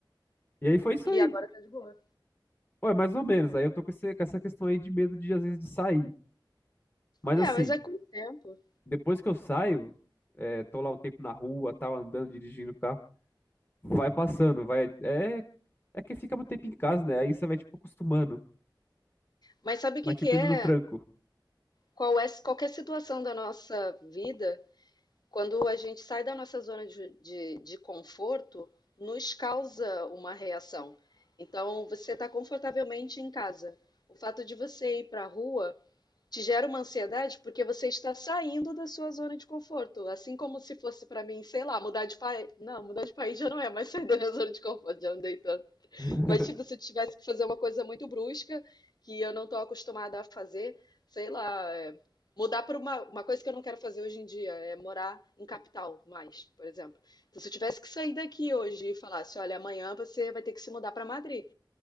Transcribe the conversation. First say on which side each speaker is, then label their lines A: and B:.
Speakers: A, on the left; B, on the left.
A: E aí foi isso
B: E
A: aí.
B: agora tá de boa.
A: Ué, mais ou menos. Aí eu tô com, esse- com essa questão aí de medo de, às vezes, de sair. Mas
B: É,
A: assim,
B: mas é com o tempo.
A: depois que eu saio, é, tô lá um tempo na rua, tal, andando, dirigindo o carro, vai passando, vai. É, é que fica muito tempo em casa, né? Aí você vai, tipo, acostumando.
B: Mas sabe o que
A: Vai, tipo,
B: que é?
A: indo no tranco.
B: Qual é qualquer situação da nossa vida, quando a gente sai da nossa zona de, de, de conforto, nos causa uma reação. Então, você está confortavelmente em casa. O fato de você ir para a rua te gera uma ansiedade porque você está saindo da sua zona de conforto. Assim como se fosse para mim, sei lá, mudar de país. Não, mudar de país já não é mais sair da minha zona de conforto, já andei tanto.
A: <laughs>
B: Mas tipo, se eu tivesse que fazer uma coisa muito brusca, que eu não estou acostumada a fazer, sei lá, é, mudar para uma, uma coisa que eu não quero fazer hoje em dia, é morar em capital mais, por exemplo. Então, se eu tivesse que sair daqui hoje e falasse, olha, amanhã você vai ter que se mudar para Madrid.